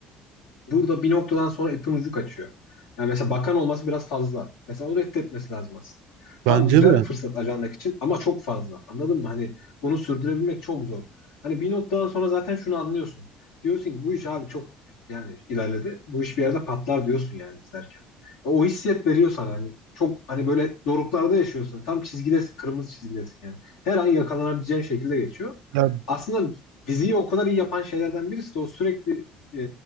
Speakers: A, on the left; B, on the right.
A: Burada bir noktadan sonra ipin ucu kaçıyor. Yani mesela bakan olması biraz fazla. Mesela onu reddetmesi lazım aslında.
B: Bence
A: Tamam güzel
B: de.
A: bir fırsat ajandak için ama çok fazla. Anladın mı? Hani bunu sürdürebilmek çok zor. Hani bir noktadan sonra zaten şunu anlıyorsun. Diyorsun ki bu iş abi çok yani ilerledi. Bu iş bir yerde patlar diyorsun yani izlerken. E, O hissiyet veriyor sana hani. Çok hani böyle doruklarda yaşıyorsun. Tam çizgidesin, kırmızı çizgidesin yani. Her an yakalanabileceğin şekilde geçiyor.
B: Ya,
A: Aslında diziyi o kadar iyi yapan şeylerden birisi de o sürekli e,